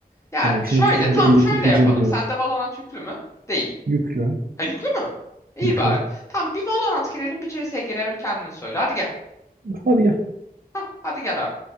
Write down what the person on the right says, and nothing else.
Hani çünkü
senin
belli
ki gıcır
diyor.
Yüklü,
yüklü.
Hadi gel.